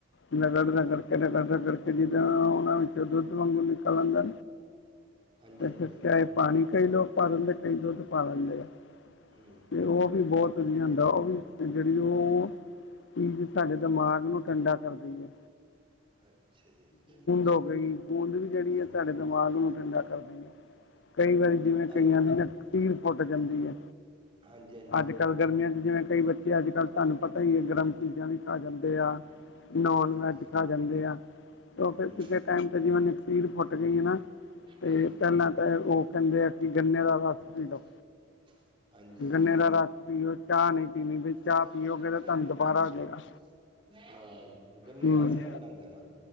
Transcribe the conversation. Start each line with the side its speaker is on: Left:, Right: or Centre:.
Left: ਨਗੱੜ- ਨਗੱੜ ਨਾਗੱੜਦਾ ਕਰਕੇ ਜੀ।
Right: ਹਾਂਜੀ।
Left: ਔਥੇ ਦੁਧ ਮਂਗਨੂੰ ਨਿਕਲ ਆਂਦੈ,
Right: ਹਾਂਜੀ
Left: ਏਥੇ
Right: ਹਾਂਜੀ
Left: ਸੈ਼ੱਦ। ਪਾਨੀ ਕਈ ਲੋਕ ਪਾ ਲੈਂਦੇ ਕਈ ਦੁੱਧ ਪਾ ਲੈਂਦੇ ਆ।
Right: ਹੂੰ
Left: ਤੇ ਔਹ ਵੀ ਬੋਤ ਵਧੀਆ ਹੁੰਦਾ ਔਹ ਵੀ ਜੇੜੀ ਔ ਆ ਐ। ਪੀ ਕੇ ਸਾਡੇ ਦਿਮਾਗ ਨੂੰ ਠੰਡਾ ਕਰਦੀ ਐ।
Right: ਅੱਛਾ ਜੀ ਅੱਛਾ- ਅੱਛਾ।
Left: ਹੋ ਗਈ ਗੂੰਦ ਵੀ ਜੇਹੜੀ
Right: ਹਾਂਜੀ
Left: ਐ ਤੁਹਾਡੇ ਦਿਮਾਗ ਨੂੰ ਠੰਡਾ ਕਰਦੀ ਐ ਕਈ ਵਾਰੀ ਜਿਵੇ ਕਈਆਂ
Right: ਅ
Left: ਨੇ ਨਾ ਸੀਰ ਫੁੱਟ ਜਾਂਦੀ ਐ।
Right: ਹਾਂਜੀ ਹਾਂਜੀ
Left: ਅੱਜ ਕੱਲ ਗਰਮੀਆਂ ਚ ਜਿਵੇਂ ਕਈ ਬੱਚੇ ਅੱਜ ਕੱਲ ਤੁਹਾਨੂੰ ਪਤਾ ਕਈ ਗਰਮ ਚੀਜ਼ਾਂ ਵੀ ਖਾ ਜਾਂਦੇ ਆ ਨੋਨ
Right: ਹਾਂਜੀ
Left: ਵੈਜ ਖਾ ਜਾਂਦੇ ਆ। ਔਹ
Right: ਹੂੰ
Left: ਫੇਰ ਕਿਸੇ ਟਾਈਮ ਤੇ ਜਿਵੇਂ ਨਕਸੀਰ ਫੁੱਟ ਗਈ ਏ ਨਾ, ਤੇ
Right: ਹੂੰ
Left: ਪਹਿਲਾਂ ਤੇ ਔਹ ਕਹਿੰਦੇ ਆ ਕਿ ਗੰਨੇ ਦਾ ਰਸ।
Right: ਮੈਂ
Left: ਪੀ
Right: ਉਸਕੇ
Left: ਲਓ
Right: ਘਰ ਗਈ। ਹਾਂਜੀ,
Left: ਗੰਨੇ ਦਾ ਰਸ ਪੀਓ ਚਾਹ ਨਹੀਂ ਪੀਣੀ ਵੀ ਚਾਹ
Right: ਤੇ ਅਪਣੇ
Left: ਪੀਓਗੇ
Right: ਅਮਰ
Left: ਤਾਂ
Right: ਨਾਲ
Left: ਤੁਹਾਨੂੰ
Right: ਨੀ ਕੀਤਾ।
Left: ਦੁਬਾਰਾ ਹੋ ਜਾਏਗਾ
Right: ਹਾਂ, ਗੰਨੇ
Left: ਹੂੰ
Right: ਰਸ ਠੰਡਾ ਹੁੰਦਾ ਏ ਨਾ।